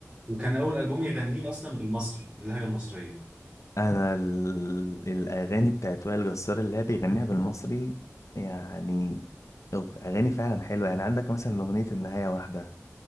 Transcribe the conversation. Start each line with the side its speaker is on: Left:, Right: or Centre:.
Right: وكان اول البوم يغنيه اصلا بالمصري باللهجه المصريه
Left: انا ال... الاغاني بتاعت وائل جسار اللي هي بيغنيها بالمصري يعني أغ- اغاني فعلا حلوة يعني عندك مثلا أغنية النهاية واحدة